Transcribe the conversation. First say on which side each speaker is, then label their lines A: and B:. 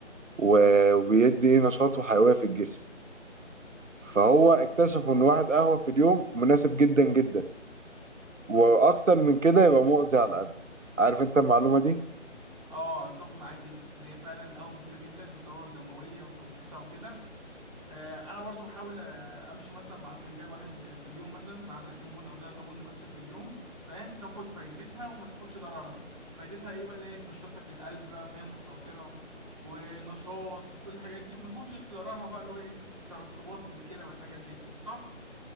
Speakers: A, on the right; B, on the right.
A: و- وبيدي ايه نشاط وحيويه في الجسم فهو اكتشفوا ان واحد قهوه في اليوم مناسب جدا جدا واكتر من كده يبقى مؤذي على القلب عارف انت المعلومه دي
B: اه اتفق معاك جدا ان هي فعلا القهوه مفيده جدا للدوره الدمويه وتنشيطها وكده آه، انا برضو بحاول آه، امشي مثلا مع فنجان واحد في اليوم مثلا مع معلقتين بن او ثلاثة بن بس في اليوم فاهم تاخد فايدتها وما تاخدش ضررها فايدتها ايه بقى اللي هي تنشط لك القلب بقى فاهم والذاكره ونشاط وكل الحاجات دي وما تاخدش ضررها بقى اللي هو ايه الترسبات للكلى والحاجات ديت صح